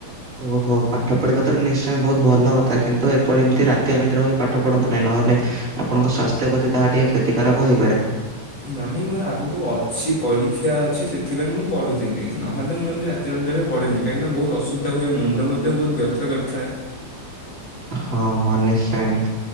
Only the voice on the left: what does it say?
ନାହିଁ ମୋର ଆଗକୁ ଅଛି ପରୀକ୍ଷା ଅଛି ସେ ଏଥିପାଇଁ ମୁଁ ପଢୁଥିଲି। ନହେଲେ ମୁଁ ଏମିତି ରାତି ନବେ ପଢ଼େନି କାହିଁକିନା ବହୁତ ଅସୁବିଧା ହୁଏ ମୁଣ୍ଡ ମଧ୍ୟ ବହୁତ ବ୍ୟଥ କରିଥାଏ।